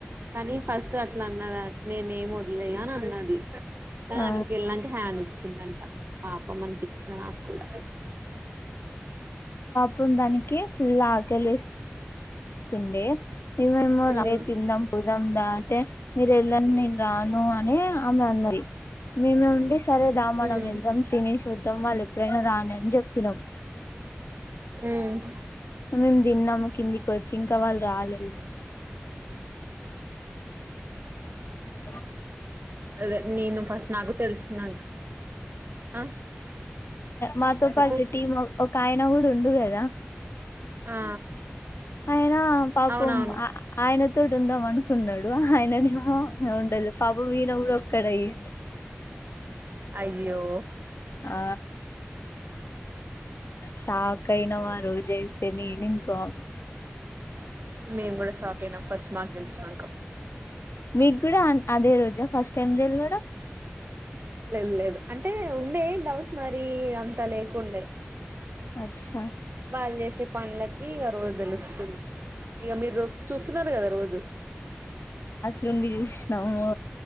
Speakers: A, on the right (about 55°); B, on the left (about 75°).
A: కానీ ఫస్ట్ అట్లా అన్నద నేనే ఏం వదిలేయ అని అన్నది కానీ
B: ఆ
A: అక్కడ నికి హ్యాండ్ ఇచ్చిందంట పాపం అనిపించంది నాకు కూడా
B: చూడ్డానికి ఫుల్ ఆకలి వేస్త తుండే ఈమేమో
A: ఉమ్
B: రావే తిందాం పోదాం దా అంటే మీరు వెళ్ళండి నేను రాను అనే ఆమె అన్నది మేమే ఉండి సరే దా మనం
A: ఉమ్
B: వెళ్దాం తినేసి వద్దాం తమ్మలు ప్రణదా నేంజెప్పినం
A: ఉమ్
B: మేము తిన్నాము కిందికి వచ్చి ఇంకా వాళ్ళు రాలేదు అ
A: అదే నేను ఫస్ట్ నాకు తెలుసు నాంక్ ఆ
B: మాతో
A: చెప్పు
B: పాటు టీం ఒక ఆయన కూడా ఉండుగదా
A: ఆ
B: ఆ ఆ పాపం
A: అవునవును
B: ఆయన తడుందవను ఉన్నాడు ఆయననే ఆ ఉండదు పాపం ఈయన కూడా కడయి
A: అయ్యో
B: ఆ షాక్ కై నవారు జయితే నేనింకో అమి
A: మేము కూడా షాక్ అయినాం ఫస్ట్ మాకు తెలిసినాకా
B: మీకు కూడా అదే రోజా ఫస్ట్ టైమ్ తెల్వడం
A: లేదు లేదు అంటే ఉండే డౌట్ మరి అంతా లేకుండే
B: అచ్చా
A: వాళ్ళు చేసే పనులకి ఇక రోజు తెలుస్తుంది ఇక మీరు రోజు చూస్తున్నారు కదా రోజు
B: తుంగి జూష్నము